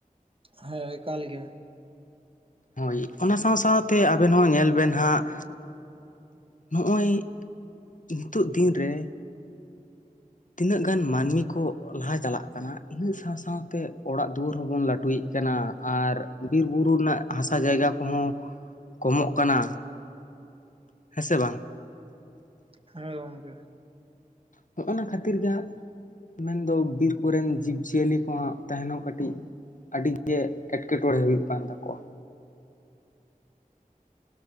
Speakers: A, on the right; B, on the left.
A: ᱦᱮᱸ ᱮᱠᱟᱞ ᱜᱮ᱾
B: ᱦᱳᱭ ᱚᱱᱟ ᱥᱟᱶ ᱥᱟᱶᱛᱮ ᱟᱵᱮᱱ ᱦᱚᱸ ᱧᱮᱞ ᱵᱮᱱ ᱦᱟᱸᱜ ᱱᱚᱜᱼᱚᱭ, ᱱᱤᱛᱳᱜ ᱫᱤᱱ ᱨᱮ ᱛᱤᱱᱟᱹᱜ ᱜᱟᱱ ᱢᱟᱹᱱᱢᱤ ᱠᱚ ᱞᱟᱦᱟ ᱪᱟᱞᱟᱜ ᱠᱟᱱᱟ ᱤᱱᱟᱹ ᱥᱟᱶ ᱥᱟᱶᱛᱮ ᱚᱲᱟᱜ ᱫᱩᱣᱟᱹᱨ ᱦᱚᱸ ᱵᱚᱱ ᱞᱟᱹᱴᱩᱭᱮᱫ ᱠᱟᱱᱟ᱾ ᱟᱨ ᱵᱤᱨ ᱵᱩᱨᱩ ᱨᱮᱱᱟᱜ ᱦᱟᱥᱟ ᱡᱟᱭᱜᱟ ᱠᱚᱦᱚᱸ, ᱠᱚᱢᱚᱜ ᱠᱟᱱᱟ᱾ ᱦᱮᱸ ᱥᱮ ᱵᱟᱝ?
A: ᱦᱮᱸ ᱜᱚᱝᱠᱮ᱾
B: ᱦᱚᱸᱜᱼᱚ ᱚᱱᱟ ᱠᱷᱟᱹᱛᱤᱨ ᱜᱮ ᱦᱟᱸᱜ, ᱢᱮᱱᱫᱚ ᱵᱤᱨ ᱠᱚᱨᱮᱱ ᱡᱤᱵᱽ ᱡᱤᱭᱟᱹᱞᱤ ᱠᱚᱣᱟᱜ ᱛᱟᱦᱮᱸᱱ ᱦᱚᱸ ᱠᱟᱹᱴᱤᱡ ᱟᱹᱰᱤ ᱜᱮ ᱮᱴᱠᱮᱴᱚᱬᱮ ᱦᱩᱭᱩᱜ ᱠᱟᱱ ᱛᱟᱠᱚᱣᱟ᱾